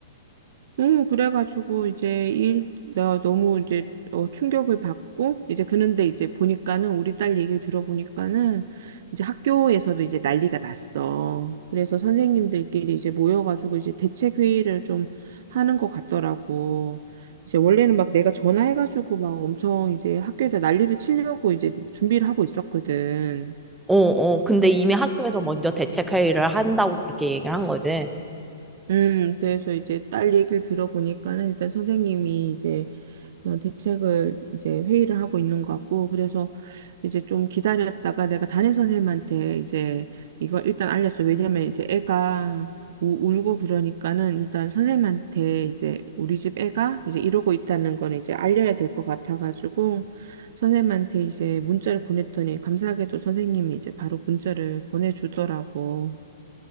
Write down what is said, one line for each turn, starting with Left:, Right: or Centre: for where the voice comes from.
Right: 응, 그래가지고 이제 일, 나 너무 이제 어, 충격을 받고 이제 그런데 이제 보니까는 우리 딸 얘기를 들어보니까는 이제 학교에서도 이제 난리가 났어. 그래서 선생님들끼리 이제 모여가지고 이제 대책 회의를 좀 하는 것 같더라고. 이제 원래는 막 내가 전화해가지고 막 엄청 이제 학교에다 난리를 치려고 이제 막 준비를 하고 있었거든.
Centre: 어, 어. 근데 이미 학교에서 먼저 대책 회의를 한다고 그렇게 얘기를 한 거지.
Right: 음, 그래서 이제 딸 얘기를 들어보니까는 일단 선생님이 이제 그런 대책을 이제 회의를 하고 있는 것 같고, 그래서 이제 좀 기다렸다가 내가 담임 선생님한테 이제 이걸 일단 알렸어. 왜냐면 이제 애가 우, 울고 그러니까는 일단 선생님한테 이제 우리 집 애가 이제 이러고 있다는 건 이제 알려야 될 것 같아가지고, 선생님한테 이제 문자를 보냈더니 감사하게도 선생님이 이제 바로 문자를 보내주더라고.